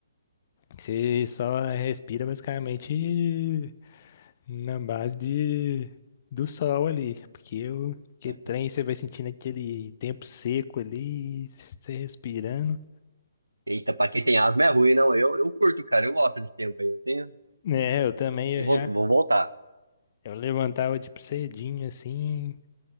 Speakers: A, on the left; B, on the right.
A: que você só respira basicamente na base de, do sol ali. Porque o que
B: <laughs>
A: trem você vai sentindo aquele tempo seco ali, você respirando.
B: Eita, pra quem tem asma é ruim, não. Eu, eu curto, cara. Eu gosto desse tempo aí. Eu tenho.
A: É, eu também eu
B: E vou,
A: já
B: vou voltar.
A: eu levantava tipo cedinho assim.